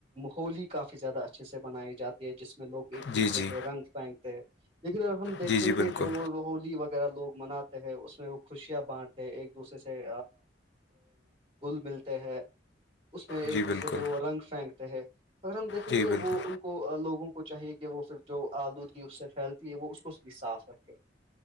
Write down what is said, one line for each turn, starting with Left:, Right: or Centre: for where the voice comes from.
Right: ہولی کافی زیادہ اچھے سے منائی جاتی ہے جس میں لوگ ایک دوسرے
Left: جی جی
Right: کے رنگ پھینگتے ہیں لیکن اگر ہم دیکھیں
Left: جی جی بالکل
Right: گے جو وہ روہولی وہ ویرہ لوگ مناتے ہیں اس میں وہ خوشیاں بانٹتے ہیں ایک دوسرے سے گل ملتے ہے اس میں ایک
Left: جی بالکل
Right: دوسرے پہ وہ رنگ پھینکتے ہیں اگر ہم دیکھیں
Left: جی
Right: گے
Left: بالکل
Right: وہ ان کو لوگوں کو چاہیے کہ وہ پھر جو آلودگی اس سے پھیلتی ہے وہ اس کو بھی صاف رکھے